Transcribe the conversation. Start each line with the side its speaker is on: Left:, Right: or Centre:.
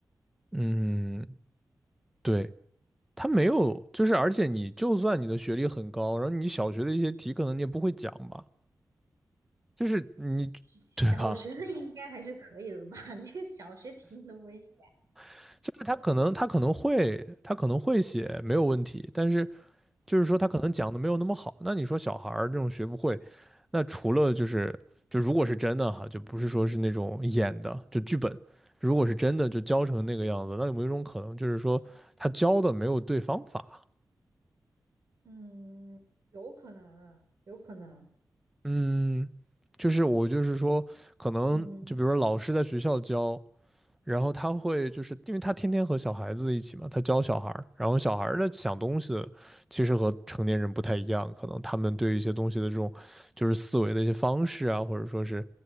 Centre: 嗯，对，他没有，就是而且你就算你的学历很高，然后你小学的一些题可能你也不会讲吧，就是你，
Right: 小学的应该还是可以的吧？
Centre: 对吧？
Right: <laughs> 你这小学题你都不会写？
Centre: <laughs> 就是他可能他可能会他可能会写没有问题，但是就是说他可能讲的没有那么好。那你说小孩儿这种学不会，那除了就是就如果是真的哈，就不是说是那种演的，就剧本，如果是真的就教成那个样子，那有没有一种可能就是说他教的没有对方法？
Right: 嗯，有可能啊，有可能。
Centre: 嗯，就是我就是说，可能就比如说老师在学校教，
Right: 嗯。
Centre: 然后他会就是因为他天天和小孩子一起嘛，他教小孩儿，然后小孩儿的想东西其实和成年人不太一样，可能他们对一些东西的这种就是思维的一些方式啊，或者说是